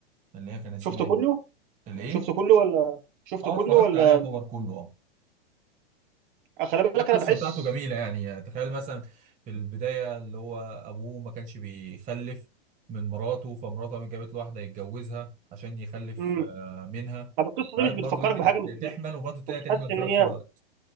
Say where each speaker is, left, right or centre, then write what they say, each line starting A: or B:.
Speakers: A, on the right; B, on the right.
A: اللي هي كان اسمها
B: شفته
A: ايه
B: كله؟
A: الايه
B: شفته كله ولا شفته
A: اه
B: كله
A: اتفرجت
B: ولا
A: عليها يعتبر كله اه
B: آه، خلي بالك
A: القصة
B: انا بحس
A: بتاعته جميلة يعني يعني تخيل مثلا في البداية اللي هو أبوه ما كانش بيخلف من مراته فمراته قامت جابت له واحدة يتجوزها عشان يخلف
B: امم
A: آه، منها
B: طب القصه
A: بعد
B: دي مش
A: برضه
B: بتفكرك
A: دي
B: بحاجه مت... يعني
A: تحمل ومراته التانية
B: مش
A: تحمل
B: حاسس ان
A: في نفس
B: هي
A: الوقت